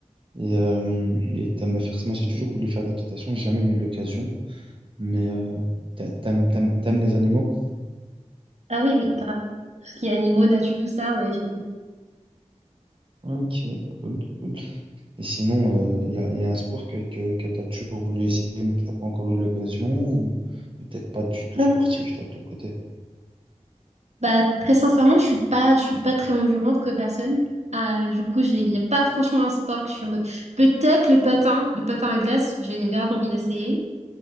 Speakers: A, on the right; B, on the right.
A: Et, euh, et t'aimes faire ça. Moi, j'ai toujours voulu faire d'équitation, j'ai jamais eu l'occasion. Mais euh, t'a- t'aimes, t'aimes- t'aimes les animaux?
B: Ah oui, oui, grave. Tout ce qui est animaux, nature, tout ça, ouais. je-
A: Ok, cool, cool. Et sinon, euh, il y a, y a un sport que, que, que t'as toujours voulu essayer, mais que t'as pas encore eu l'occasion, ou, ou t'es pas du tout
B: Euh,
A: sportif, toi, de ton côté?
B: Bah, très sincèrement, je suis pas, je suis pas très endurante comme personne. Ah, du coup, j'ai, il n'y a pas franchement un sport que je suis en mode. Peut-être le patin, le patin à glace, j'ai grave envie d'essayer.